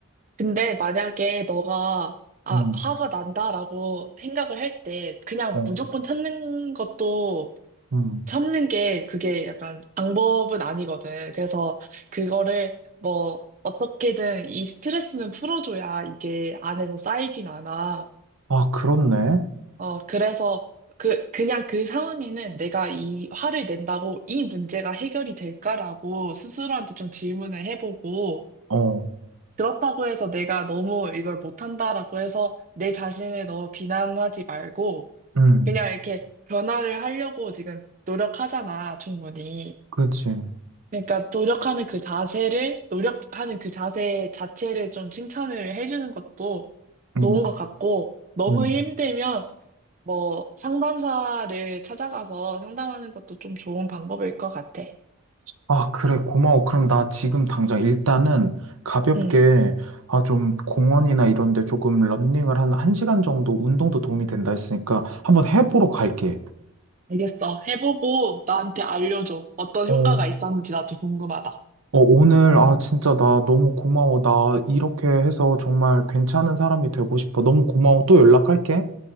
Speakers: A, on the right; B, on the right.
A: 근데 만약에 너가, 아,
B: 음,
A: 화가 난다라고 생각을 할 때, 그냥
B: 어,
A: 무조건 참는 것도,
B: 음.
A: 참는 게 그게 약간 방법은 아니거든. 그래서 그거를 뭐, 어떻게든 이 스트레스는 풀어줘야 이게 안에서 쌓이진 않아.
B: 아, 그렇네.
A: 어, 그래서 그, 그냥 그 상황에는 내가 이 화를 낸다고 이 문제가 해결이 될까라고 스스로한테 좀 질문을 해보고,
B: 어,
A: 그렇다고 해서 내가 너무 이걸 못한다라고 해서 내 자신을 너무 비난하지 말고,
B: 음,
A: 그냥 이렇게 변화를 하려고 지금 노력하잖아, 충분히.
B: 그치.
A: 그러니까 노력하는 그 자세를, 노력하는 그 자세 자체를 좀 칭찬을 해주는 것도 좋은
B: 음,
A: 것 같고, 너무
B: 음.
A: 힘들면 뭐 상담사를 찾아가서 상담하는 것도 좀 좋은 방법일 것 같아.
B: 아, 그래, 고마워. 그럼 나 지금 당장 일단은 가볍게,
A: 응,
B: 아, 좀 공원이나 이런 데 조금 런닝을 한 1시간 정도 운동도 도움이 된다 했으니까 한번 해보러 갈게.
A: 알겠어. 해보고 나한테 알려줘. 어떤
B: 어,
A: 효과가 있었는지 나도 궁금하다.
B: 어, 오늘, 아, 진짜 나 너무 고마워. 나 이렇게 해서 정말 괜찮은 사람이 되고 싶어. 너무 고마워. 또 연락할게.